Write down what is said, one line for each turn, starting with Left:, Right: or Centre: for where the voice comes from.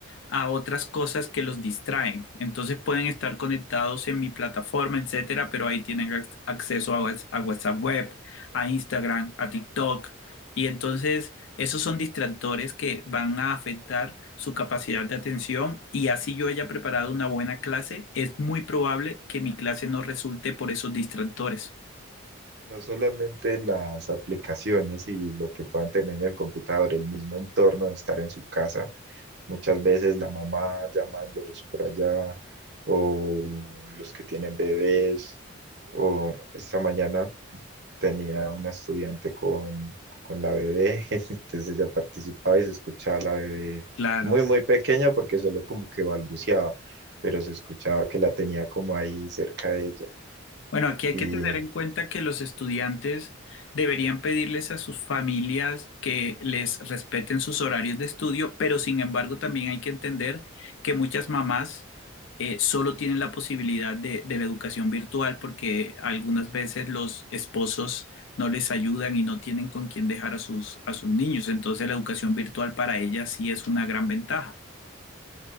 Left: a otras cosas que los distraen. Entonces pueden estar conectados en mi plataforma, etcétera, pero ahí tienen ac- acceso a, Whats- a WhatsApp Web, a Instagram, a TikTok. Y entonces esos son distractores que van a afectar su capacidad de atención y así yo haya preparado una buena clase, es muy probable que mi clase no resulte por esos distractores.
Right: No solamente las aplicaciones y lo que puedan tener en el computador, el mismo entorno de estar en su casa, muchas veces la mamá llamándolos por allá o los que tienen bebés o esta mañana tenía una estudiante con, con la bebé, <laughs> entonces ella participaba y se escuchaba la bebé
Left: Claro.
Right: muy, muy pequeña porque solo como que balbuceaba, pero se escuchaba que la tenía como ahí cerca de ella.
Left: Bueno, aquí hay
Right: Y
Left: que tener en cuenta que los estudiantes deberían pedirles a sus familias que les respeten sus horarios de estudio, pero sin embargo también hay que entender que muchas mamás eh, solo tienen la posibilidad de, de la educación virtual porque algunas veces los esposos no les ayudan y no tienen con quién dejar a sus, a sus niños. Entonces la educación virtual para ellas sí es una gran ventaja.